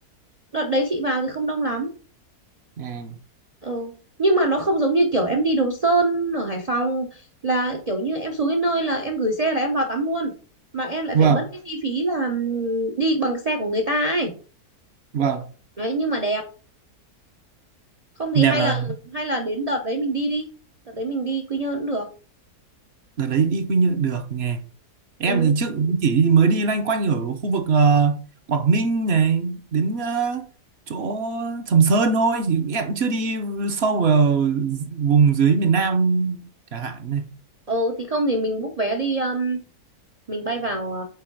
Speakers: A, on the right (about 75°); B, on the right (about 55°).
A: đợt đấy chị vào thì không đông lắm
B: à
A: ừ. nhưng mà nó không giống như kiểu em đi Đồ Sơn ở Hải Phòng là kiểu như em xuống cái nơi là em gửi xe là em vào tắm luôn mà em lại
B: vâng
A: phải mất cái chi phí là ừm, đi bằng xe của người ta ấy
B: vâng
A: đấy nhưng mà đẹp không
B: đẹp
A: thì hay
B: là
A: là hay là đến đợt đấy mình đi đi đợt đấy mình đi Quy Nhơn cũng được
B: đợt đấy đi Quy Nhơn được nhỉ em
A: ừ.
B: thì trước cũng chỉ mới đi loanh quanh ở khu vực ờ, Quảng Ninh này đến ờ, chỗ Sầm Sơn thôi thì em cũng chưa đi sâu vào vùng dưới miền Nam chẳng hạn này
A: ừ thì không thì mình book vé đi ừm, mình bay vào ờ,